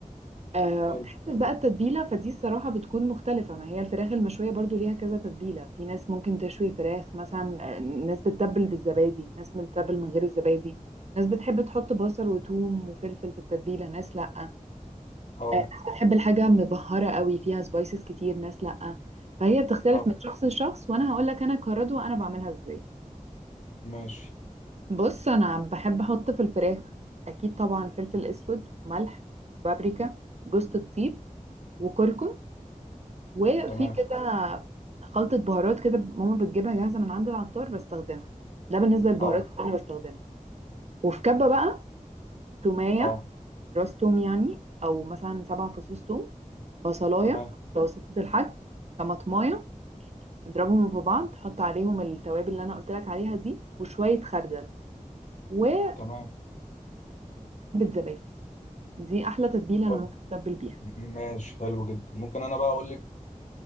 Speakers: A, on the right; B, on the left.
A: آه،
B: حلو
A: حتة بقى التتبيلة فدي الصراحة بتكون مختلفة ما هي الفراخ المشوية برضو ليها كذا تتبيلة في ناس ممكن تشوي الفراخ مثلا آه، ناس بتتبل بالزبادي ناس بتتبل من غير الزبادي ناس بتحب تحط بصل وثوم وفلفل في التتبيلة ناس لأ
B: اه
A: آه، ناس بتحب الحاجة مبهرة قوي فيها سبايسز كتير ناس لأ فهي بتختلف
B: اه
A: من شخص لشخص وأنا هقولك أنا كردوة أنا بعملها إزاي
B: ماشي
A: بص أنا بحب أحط في الفراخ أكيد طبعا فلفل أسود ملح بابريكا جوز الطيب وكركم وفي
B: تمام
A: كده خلطة بهارات كده ماما بتجيبها جاهزة من عند العطار بستخدمها ده بالنسبة للبهارات
B: اه
A: اللي أنا بستخدمها وفي كبة بقى تومية
B: اه
A: راس توم يعني أو مثلا سبع فصوص توم بصلاية
B: تمام
A: متوسطة الحجم طماطماية اضربهم في بعض حط عليهم التوابل اللي أنا قلت لك عليها دي وشوية خردل وعلبة
B: تمام
A: زبادي دي أحلى تتبيلة
B: طيب
A: أنا ممكن أتبل بيها
B: ماشي حلو جدا ممكن انا بقى اقول لك